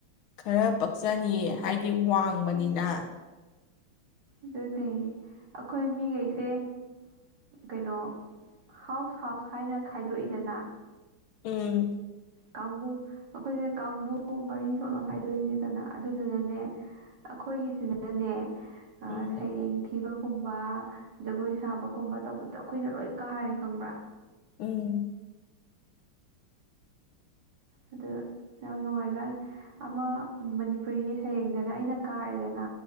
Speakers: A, on the left (about 75°); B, on the right (about 55°).
A: ꯈꯔ ꯄꯛꯆꯅꯤꯌꯦ ꯍꯥꯏ꯫ ꯕꯗꯤ ꯋꯥꯡꯕꯅꯤꯅ꯫
B: ꯎꯝ. ꯑꯗꯨꯅꯦ ꯑꯩꯈꯣꯏ ꯃꯤꯈꯩꯁꯦ ꯀꯩꯅꯣ꯫ ꯍꯥꯎꯁ-ꯍꯥꯎꯁ ꯍꯥꯏꯅ ꯈꯥꯏꯗꯣꯛꯏꯗꯅ꯫
A: ꯎꯝ꯫
B: ꯀꯥꯡꯕꯨ ꯑꯩꯈꯣꯏꯁꯦ ꯀꯥꯡꯕꯨ ꯃꯔꯤ ꯊꯣꯛꯅ ꯈꯥꯏꯗꯣꯛꯏꯁꯤꯗꯅ ꯑꯗꯨꯗꯨꯅꯅꯦ꯫ ꯑꯩꯈꯣꯏꯒꯤꯁꯤꯅꯅꯦ꯫
A: ꯎꯝ
B: ꯁꯩꯔꯦꯡ ꯊꯤꯕꯒꯨꯝꯕ ꯖꯒꯣꯏ ꯁꯥꯕꯒꯨꯝꯕ ꯇꯧꯕꯗꯣ ꯑꯩꯈꯣꯏꯅ ꯂꯣꯏ꯫ ꯀꯥꯔꯦ ꯈꯪꯕ꯭ꯔ꯫
A: ꯎꯝ
B: ꯑꯗꯨ ꯌꯥꯝ ꯅꯨꯡꯉꯥꯏꯖꯠꯅꯤ ꯑꯃ ꯃꯅꯤꯄꯨꯔꯤꯒꯤ ꯁꯩꯔꯦꯡꯗꯅ ꯑꯩꯅ ꯀꯥꯔꯦꯗꯅ꯫